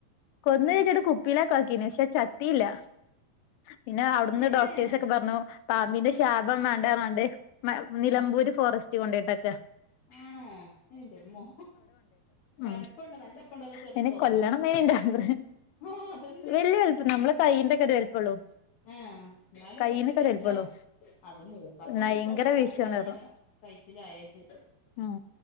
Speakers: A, on the left; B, on the left.
A: കൊന്ന്
B: പിടിക്ക
A: വെച്ചിട്ട കുപ്പി പ്പീലോക്കാക്കീന് പക്ഷെ ചത്തിയില്ല പിന്നെ അവിടുന്ന്
B: ഏഹ്
A: ഡോക്ടേഴ്സൊക്കെ പറഞ്ഞു പാമ്പിന്റെ ശാപം വേണ്ട അറ്ഞ്ഞി കാണ്ട് നിലമ്പൂര്
B: ആഹ്
A: ഫോറസ്റ്റ് കൊണ്ടയ്ട്ടെക്കാ
B: ആണോ എന്റെമ്മോ
A: ഉം
B: വലുപ്പണ്ടോ നല്ലവൽപ്പണ്ടോ അതോ ചെറുതോ
A: അയിനെ കൊല്ലണംന്നേനി
B: സ ആഹ്
A: ഇന്റെ ആഗ്രഹം
B: ഹ അതന്നെ
A: വല്യ വലുപ്പം നമ്മളെ കയ്യിന്റെ ന്റെ ഒക്കെ വലുപ്പള്ളൂ
B: ആഹ് എന്നാലും
A: കയ്യിന്റെക്കെ
B: അതിന്റെരു വിശം
A: ഒരു വലുപ്പള്ളൂ
B: അത് മൂക്കാത്തോണ്ട്
A: ഭയങ്കര
B: ഇപ്പ അത്ര
A: വിഷാണ്
B: അത്ര അങ്ങനെ
A: പറഞ്ഞു
B: കയ്ച്ചിലായത്
A: ഉം